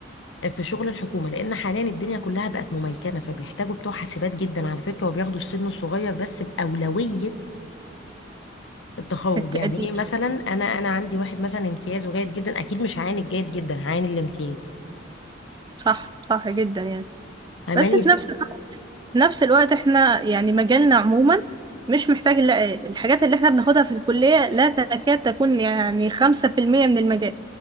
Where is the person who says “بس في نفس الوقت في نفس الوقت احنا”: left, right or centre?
Right